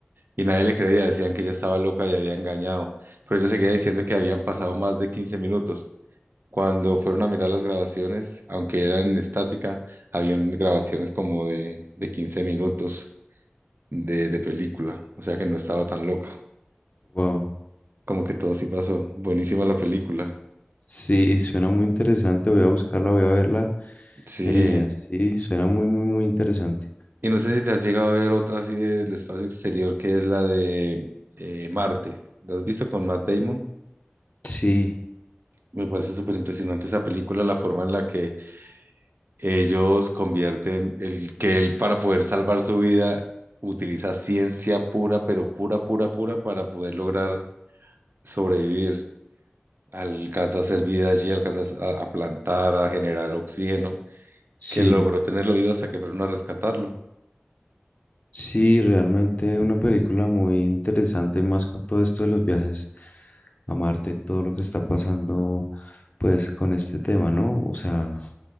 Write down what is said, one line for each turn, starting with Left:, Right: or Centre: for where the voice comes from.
Right: Y nadie le creía, decían que ella estaba loca y había engañado. Pero ella seguía diciendo que habían pasado más de 15 minutos. Cuando fueron a mirar las grabaciones, aunque eran estática, habían grabaciones como de, de 15 minutos de, de película, o sea que no estaba tan loca,
Left: Wow.
Right: como que todo sí pasó, buenísima la película,
Left: Sí, suena muy interesante, voy a buscarla, voy a verla.
Right: sí,
Left: Eh, sí, suena muy, muy, muy interesante.
Right: y no sé si te has llegado a ver otra así del espacio exterior que es la de eh, Marte, ¿la has visto con Matt Damon?
Left: Sí,
Right: Me parece súper impresionante esa película, la forma en la que ellos convierten el que él para poder salvar su vida utiliza ciencia pura, pero pura, pura, pura para poder lograr sobrevivir. Alcanza a hacer vida allí, alcanza a a plantar, a generar oxígeno
Left: sí,
Right: que logró tenerlo vivo hasta que fueron a rescatarlo.
Left: sí, realmente una película muy interesante, más con todo esto de los viajes a Marte, todo lo que está pasando, pues, con este tema, ¿no? O sea,